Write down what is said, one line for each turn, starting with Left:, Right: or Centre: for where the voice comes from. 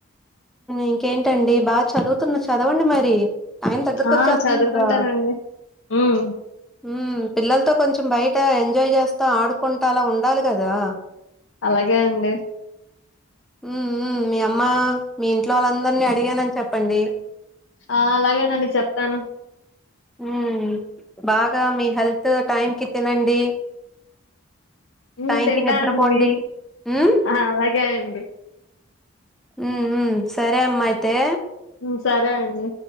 Centre: ఇంకేంటండి బాగా చదువుతున్న చదవండి మరి టైం దగ్గరకొచ్చేస్తుంది
Left: ఆ చదువుకుంటానండి
Centre: కదా!
Left: హ్మ్
Centre: మ్ పిల్లల్తో కొంచం బయట ఎంజాయ్ చేస్తా ఆడుకుంటా అలా ఉండాలి కదా
Left: అలాగే అండి
Centre: మ్ మ్ మీ అమ్మా మీ ఇంట్లో వాళ్ళందరిని అడిగానని చెప్పండి.
Left: ఆ అలాగేనండి చెప్తాను
Centre: హ్మ్ బాగా మీ హెల్త్ టైంకి తినండి
Left: మ్
Centre: టైంకి
Left: తింటా
Centre: నిద్రపోండి.
Left: అండి
Centre: హ్మ్.
Left: ఆ అలాగే అండి
Centre: మ్ మ్ సరే అమ్మ అయితే
Left: మ్ సరే అండి